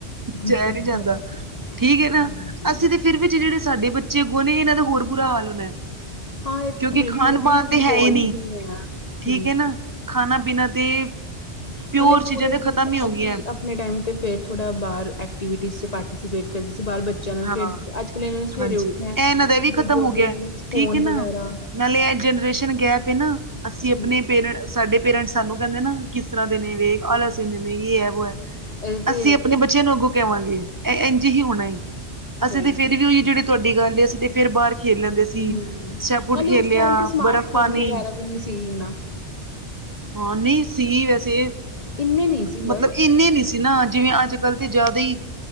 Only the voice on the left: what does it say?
ਸਹੀ
ਗੱਲ
ਹਾਂਜੀ,
ਹਾਂ ਇਹ ਤਾਂ
ਬਿਲਕੁਲ
ਵੀ
ਇਨਵੋਲਵ
ਹੈ ਹੂੰ।
ਪਹਿਲੇ ਪੂਰੇ
ਦਿਨ
ਅਸੀਂ
ਆਪਣੇ ਟਾਈਮ 'ਤੇ ਫਿਰ ਥੋੜ੍ਹਾ ਬਾਹਰ ਐਕਟੀਵਿਟੀਜ਼ 'ਚ ਪਾਰਟੀਸੀਪੇਟ ਕਰਦੀ ਸੀ ਬਾਹਰ ਬੱਚ ਚੈਨਲ
ਖੇਡਦੇ ਅੱਜ ਕਲ ਇਹਨਾਂ ਨੇ ਸਵੇਰੇ
ਉੱਠਿਆ
ਵੀਡੀਓ
ਗੇਮ ਫੋਨ
ਵਗੈਰਾ
ਹੂੰ,
ਇਹ ਤੇ
ਸਹੀ
ਗੱਲ
ਹੈ।
ਹਮ
ਕੇ ਉਸ ਟਾਈਮ ਤੇ ਸਮਾਰਟ
ਫੋਨ
ਵਗੈਰਾ ਵੀ ਨਹੀਂੀ ਸੀ ਇਨਾ
ਇੰਨੇ ਨਹੀਂ ਸੀ
ਬਟ
ਹਾਂ,